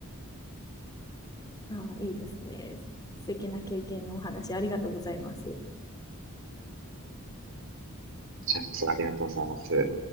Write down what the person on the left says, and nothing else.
ああ、いいですね。素敵な経験のお話ありがとうございます。